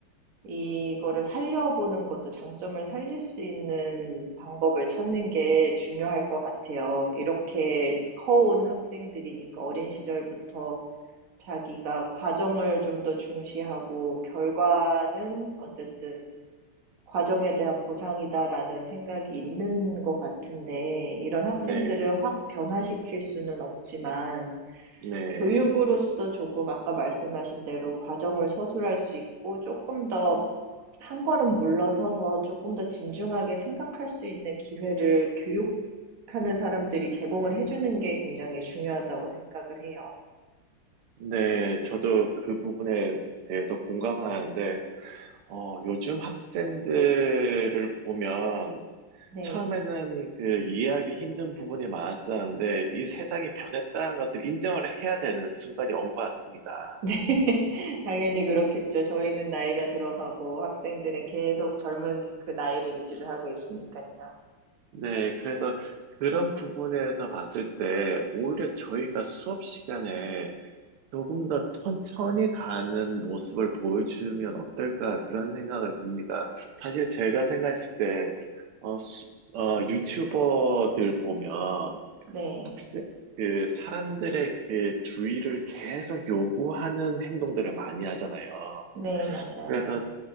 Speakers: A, on the right; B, on the right.
A: 이거를 살려보는 것도 장점을 살릴 수 있는 방법을 찾는 게 중요할 것 같아요. 이렇게 커온 학생들이니까 어린 시절부터 자기가 과정을 좀 더 중시하고 결과는 어쨌든 과정에 대한 보상이다라는 생각이 있는 것 같은데 이런 학생들을
B: 네,
A: 확 변화시킬 수는 없지만
B: 네,
A: 교육으로서 조금 아까 말씀하신 대로 과정을 서술할 수 있고 조금 더 한 걸음 물러서서 조금 더 진중하게 생각할 수 있는 기회를 교육하는 사람들이 제공을 해주는 게 굉장히 중요하다고 생각을 해요.
B: 네. 저도 그 부분에 대해서 공감하는데, 어, 요즘 학생들을 보면
A: 네.
B: 처음에는 그 이해하기 힘든 부분이 많았었는데 이 세상이 변했다는 것을 인정을 해야 되는 순간이 온 것 같습니다.
A: 네. <laughs> 당연히 그렇겠죠. 저희는 나이가 들어가고 학생들은 계속 젊은 그 나이를 유지를 하고 있으니까요.
B: 네, 그래서 그런 부분에서 봤을 때 오히려 저희가 수업 시간에 조금 더 천천히 가는 모습을 보여주면 어떨까 그런 생각을 듭니다. 사실 제가 생각했을 때, 어, 수- 어, 유튜버들 보면
A: 네.
B: 학습. 그 사람들의 그 주의를 계속 요구하는 행동들을 많이 하잖아요.
A: 네, 맞아요.
B: 그래서